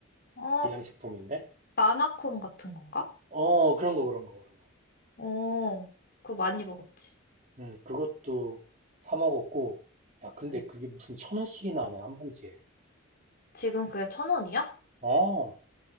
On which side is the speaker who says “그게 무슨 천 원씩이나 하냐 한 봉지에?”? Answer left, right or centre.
Right